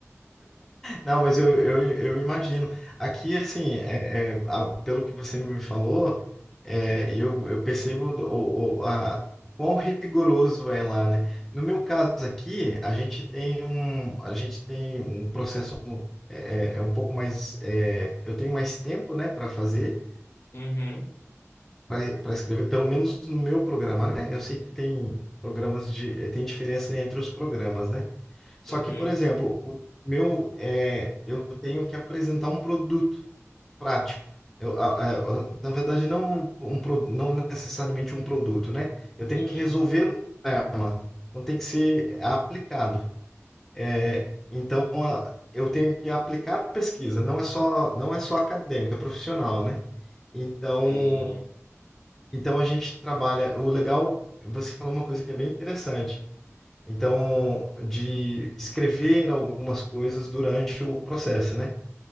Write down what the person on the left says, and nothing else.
Uhum,
uhum,
uhum.
Sim,